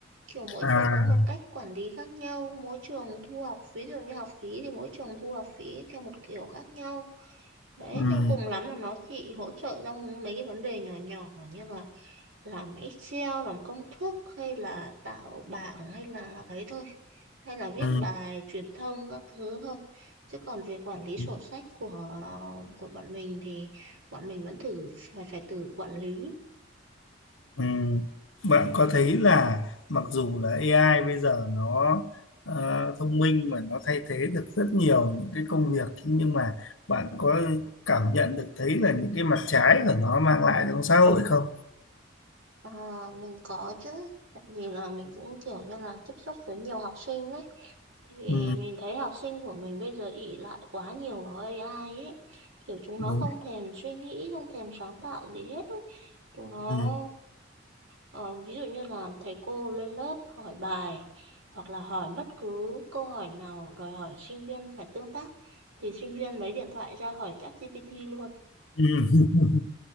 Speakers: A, on the right; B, on the left.
A: kiểu mỗi
B: à
A: trường có một cách quản lý khác nhau mỗi trường thu học phí ví dụ như học phí thì mỗi trường thu học phí theo một kiểu khác nhau Đấy,
B: ừ,
A: nên cùng lắm là nó chỉ hỗ trợ trong mấy cái vấn đề nhỏ nhỏ như là làm Excel, làm công thức hay là tạo bảng hay là ấy thôi. Hay là viết
B: ừ,
A: bài truyền thông các thứ thôi. Chứ còn về quản lý sổ
B: ừ.
A: sách của của bọn mình thì bọn mình vẫn thử phải phải tự quản lý.
B: Ừ. Bạn có thấy là mặc dù là AI bây giờ nó ờ, thông minh và nó thay thế được rất nhiều những cái công việc nhưng mà bạn có cảm nhận được thấy là những cái mặt trái của nó mang lại trong xã hội không?
A: À, mình có chứ, tại vì là mình cũng kiểu như là tiếp xúc với nhiều học sinh ấy Thì
B: Ừ,
A: mình thấy học sinh của mình bây giờ ỷ lại quá nhiều vào AI ấy. Kiểu chúng
B: đúng.
A: nó không thèm suy nghĩ, không thèm sáng tạo gì hết ấy. Chúng nó
B: Ừ.
A: ờ, ví dụ như là thầy cô lên lớp hỏi bài hoặc là hỏi bất cứ câu hỏi nào đòi hỏi sinh viên phải tương tác thì sinh viên lấy điện thoại ra hỏi ChatGPT luôn.
B: Ừ. <laughs>